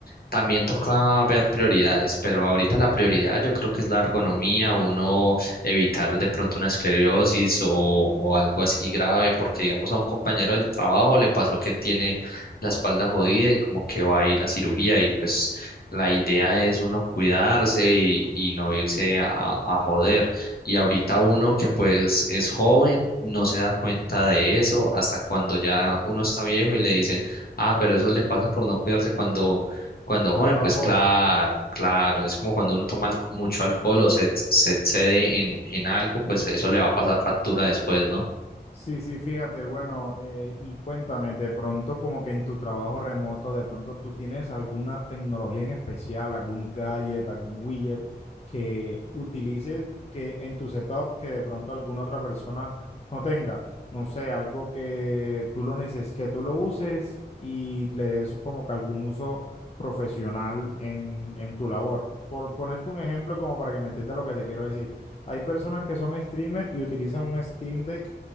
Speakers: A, on the left (about 60°); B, on the left (about 35°).
A: también toca ver prioridades, pero ahorita la prioridad yo creo que es la ergonomía, uno evitar de pronto una esclerosis o, o algo así grave, porque digamos a un compañero del trabajo le pasó que tiene la espalda jodida y como que va a ir a cirugía y pues la idea es uno cuidarse y, y no irse a, a joder. Y ahorita uno que pues es joven no se da cuenta de eso hasta cuando ya uno está viejo y le dicen, ah, pero eso le pasa por no cuidarse cuando cuando joven,
B: Estaba
A: pues
B: joven.
A: claro, claro, es como cuando uno toma alco- mucho alcohol o se, se excede en, en algo, pues eso le va a pasar factura después, ¿no?
B: Sí, sí, fíjate, bueno, eh, y cuéntame, de pronto como que en tu trabajo remoto, de pronto tú tienes alguna tecnología en especial, algún gadget, algún widget que utilices que en tu setup que de pronto alguna otra persona no tenga, no sé, algo que tú lo neces que tú lo uses y le des como que algún uso profesional en, en tu labor. Por ponerte un ejemplo como para que me entiendas lo que te quiero decir. Hay personas que son streamer y utilizan un Steam Deck